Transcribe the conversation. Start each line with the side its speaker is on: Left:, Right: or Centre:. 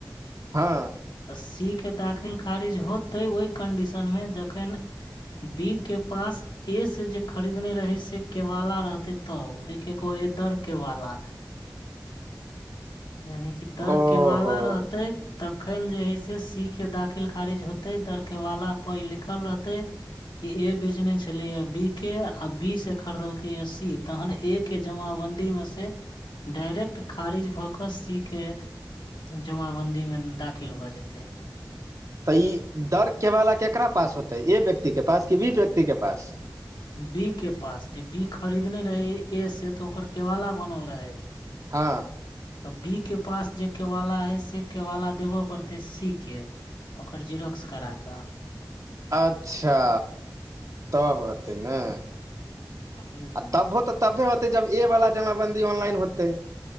Right: हाँ
Left: तऽ सीके दाखिल खारिज होतै ओहि कन्डीशनमे जखन बी के पास ए से जे खरीदने रहै से केवाला रहतै तब ओहि के कहै हइ दर केवाला यानि की दर
Right: ओहो
Left: केवाला रहतै तखन जे हइ से सी के दाखिल खारिज होतै दर केवाला पर इ लिखल रहतै की ए बेचने छलै या बी के आ बी से खरीदलकै या सी तहन ए- -के जमाबंदी मे से डायरेक्ट खारिज भऽ कऽ सी के जमाबंदी मे दाखिल भऽ जेतैय
Right: तऽ ई दर केवाला केकरा पास होतै ए व्यक्ति के पास की बी व्यक्ति के पास
Left: बी के पास जे बी खरीदने रहै ए से तऽ ओकर केवाला बनल रहै
Right: हाँ
Left: तऽ बी के पास जे केवाला हइ से केवाला देबऽ पड़तै सी के ओकर झिरॉक्स करा कऽ
Right: अच्छा तब हतै ने
Left: हूँ
Right: आ तबो तऽ तबे होतै जब ए वला जमाबंदी ऑनलाइन होतै